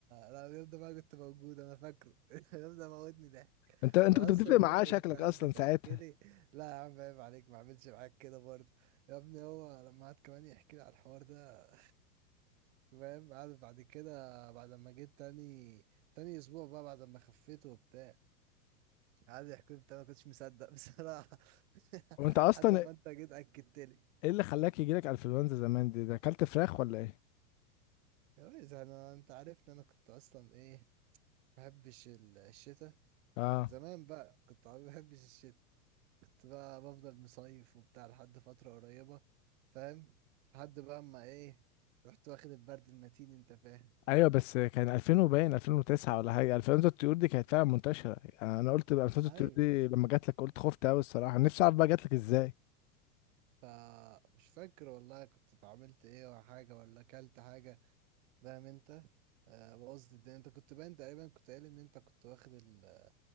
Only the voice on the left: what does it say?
انت انت
كنت بتفرق معاه
شكلك
اصلا
ساعتها
وانت اصلا
ايه اللي خلاك يجيلك انفلونزا زمان دي ده اكلت فراخ ولا ايه
اه
ايوه بس كان 2000 وباين 2009 ولا حاجه 2000 الطيور دي كانت فعلا منتشره يعني انا قلت بقى 2000 الطيور
دي لما جات لك قلت خفت قوي الصراحه نفسي اعرف بقى جات لك ازاي